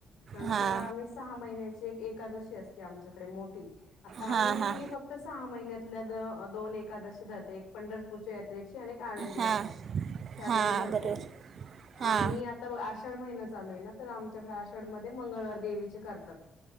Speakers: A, on the left; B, on the right.
A: नंतर
B: हां
A: आम्ही. सहा महिनची एक एकादशी असते आमच्याकडे मोठी आता आ
B: हां
A: मी
B: हां
A: फक्त सहा महिन्यातल्या दोन एकादशीधर एक पंढरपूर यात्रेची आणि आनंदी
B: हां
A: यात्रा त्या
B: हां
A: दोन धरते
B: बरोबर हां
A: आणि आषाढ महिना चालू आहे ना तर आमच्याकडे आषाढ मध्ये मंगळवार देवीचे करतात.